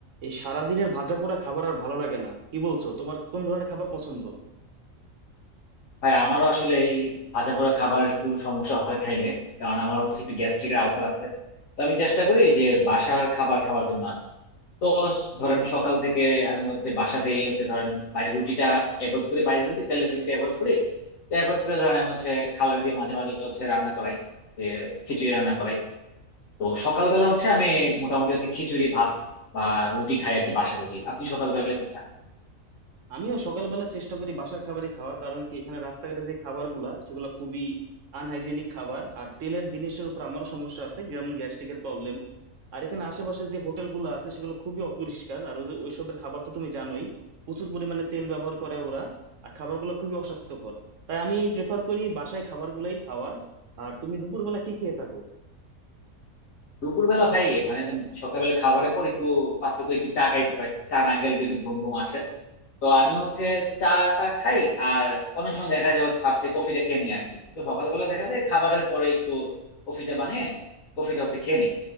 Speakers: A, on the right; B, on the left.
A: এই সারাদিনের ভাজাপোড়া খাবার আর ভালো লাগে না কি বলছো তোমার কোন ধরনের খাবার পছন্দ
B: ভাই আমারও আসলে এই ভাজা পোড়া খাবার একটু সমস্যা হয় খাইলে কারণ আমার হচ্ছে একটু গ্যাস্ট্রিকের আলসার আছে তো আমি চেষ্টা করি যে বাসার খাবার খাওয়ার জন্য আর কি। তো স- ধরেন সকাল থেকে আমি হচ্ছে বাসাতেই হচ্ছে ধরেন বাইরের রুটিটা অ্যাভয়েড করি বাইরের রুটি তেলের রুটিটা অ্যাভয়েড করি তো অ্যাভয়েড করে ধরেন আমি হচ্ছে খালারে দিয়ে মাঝে মাঝে হচ্ছে রান্না করাই যে খিচুড়ি রান্না করাই তো সকালবেলা হচ্ছে আমি মোটামুটি হচ্ছে খিচুড়ি ভাত বা রুটি খাই আর কি বাসার রুটি আপনি সকালবেলা কি খান?
A: আমিও সকালবেলা চেষ্টা করি বাসার খাবারই খাওয়া কারণ কি এখানে রাস্তাঘাটে যে খাবারগুলা সেগুলো খুবই আনহাইজেনিক খাবার আর তেলের জিনিসের উপর আমারও সমস্যা আছে যেমন গ্যাস্ট্রিকের প্রবলেম আর এখানে আশেপাশে যে হোটেলগুলো আছে সেগুলো খুবই অপরিষ্কার আর ওদের ওইসবের খাবার তো তুমি জানোই প্রচুর পরিমাণে তেল ব্যবহার করে ওরা আর খাবারগুলো খুবই অস্বাস্থ্যকর তাই আমি প্রেফার করি বাসায় খাবারগুলাই খাওয়া আর তুমি দুপুরবেলা কি খেয়ে থাকো
B: দুপুরবেলা ভাই মানে সকালবেলা খাবারের পর একটু ফার্স্টে তো একটু চা খাইতে হয় চা না খেলে তো একটু ঘুম ঘুম আসে তো আমি হচ্ছে চাটা খাই আর অনেক সময় দেখা যায় হচ্ছে ফার্স্টে কফিটা খেয়ে নিই আর কি তো সকালবেলা দেখা যায় খাবারের পরে একটু কফিটা বানিয়ে কফিটা হচ্ছে খেয়ে নিই